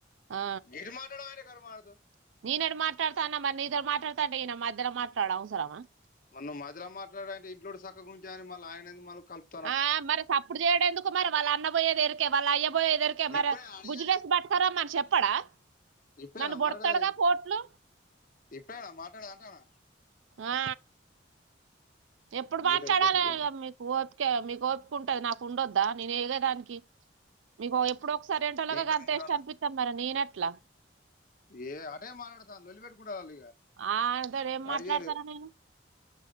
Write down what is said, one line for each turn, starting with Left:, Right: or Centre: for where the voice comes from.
Right: ఆ
Left: గీరు మాటాడే కరు మారుదు <inaudible>
Right: నెన్ ఏడ మాట్లాడతాన మరి నీతో మాట్లాడుతాంటే ఈయన మధ్యల మాట్లాడటం అవసరమ
Left: మరి నువు మధ్యల మాట్లాడడు అంటే ఇంట్లో ఉంటే సక్కగా ఉంటే ఏంది మల్లా ఆయన ఎందుకు మల్లా కలుప
Right: ఆ మరి సప్పుడు చేయడు ఎందుకు మరి వాళ్ళ అన్నబయేది ఎరికే వాళ్ళ అయ్యబయేది ఎరికే మరి
Left: ఇప్పుడే అడిగేది
Right: బుజ్జి డ్రెస్ పట్టకరమని చెపు చెప్పాడా
Left: ఇప్పుడేనా
Right: నన్ను పోడుతాడు
Left: మాట్లాడేది
Right: కదా పోట్లు
Left: ఇప్పుడేనా మాట్లాడ అంటానా
Right: ఆ ఎప్పుడు
Left: మీతో
Right: మాట్లాడాలే
Left: పెట్టుకో
Right: మీకు ఓపిక మీకు ఓపిక ఉంటది నాకు ఉండొద్దా నేను ఏగదానికి మీకు ఎప్పుడు ఒకసారి ఏంటోలాగా
Left: ఇంకో
Right: అంతా
Left: నిమిషం
Right: ఇష్ట అనిపిస్తా మరి నేనట్లా
Left: ఏ అదే మాలాడతాను లోలి పెట్కుంటద అ ఇగ
Right: ఆయనతోటి ఏం
Left: కాడి
Right: మాట్లాడతాను
Left: చేాల
Right: నేను